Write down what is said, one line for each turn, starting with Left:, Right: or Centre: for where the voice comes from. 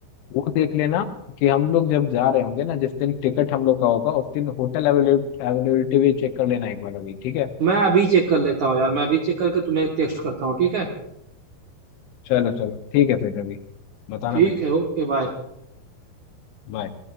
Left: वो देख लेना कि हम लोग जब जा रहे होंगे ना जिस दिन टिकट हम लोग का होगा उस दिन होटल अवेलेबिलिटी भी चेक कर लेना एक बार अभी ठीक है
Right: मैं अभी चेक कर लेता हूँ यार मैं अभी चेक करके तुम्हें टेक्स्ट करता हूँ ठीक है
Left: चलो चलो ठीक है फिर अभी बताना
Right: ठीक
Left: मेरे को
Right: है ओके बाय
Left: बाय